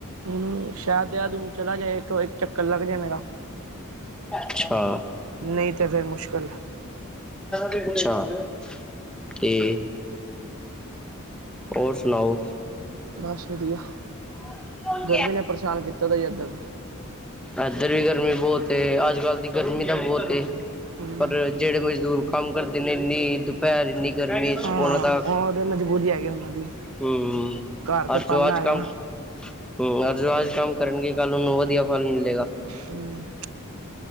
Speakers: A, on the right; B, in the centre.
A: ਹੁਣ ਸ਼ਾਇਦ ਦੇਹਰਾਦੂਨ ਚਲਾ ਜਾਏ ਇੱਕ ਇੱਕ ਚੱਕਰ ਲੱਗ ਜਾਏ ਮੇਰਾ
B: ਅੱਛਾ।
A: ਨਹੀਂ ਤੇ ਫਿਰ ਮੁਸ਼ਕਿਲ ਹੈ
B: ਅੱਛਾ ਤੇ ਹੋਰ ਸੁਣਾਓ?
A: ਬਸ ਵਦੀਆ,
B: ਕੌਣ
A: ਗਰਮੀ ਨੇ ਪਰੇਸ਼ਾਨ ਕੀਤਾ ਦਾ ਈ ਏਦਰ।
B: ਏਦਰ ਵੀ ਗਰਮੀ ਬੋਤ ਏ ਅੱਜ-ਕੱਲ ਦੀ ਗਰਮੀ ਤਾਂ ਬੋਤ ਏ,
A: ਹਮ
B: ਪਰ ਜੇੜੇ ਮਜ਼ਦੂਰ ਕੰਮ ਕਰਦੇ ਨੇ ਇੰਨੀ ਦੁਪੈਰ ਇੰਨੀ ਗਰਮੀ ਚ
A: ਹਾਂ
B: ਉਹਨਾਂ ਦਾ
A: ਔਰ ਮਜਬੂਰੀ ਹੈਗੀ ਓਨਾਂ ਦੀ।
B: ਹੂੰ
A: ਘਰ ਤੇ
B: ਅਰ ਜੋ
A: ਪਾਲਣਾ
B: ਆਜ
A: ਹੈਗਾ
B: ਕਮ
A: ਨਾ
B: ਹੂੰ ਅਰ ਜੋ ਆਜ ਕੰਮ ਕਰਨਗੇ ਕੱਲ ਓਨੂੰ ਵਦੀਆ ਫਲ ਮਿਲੇਗਾ।
A: ਹੂੰ।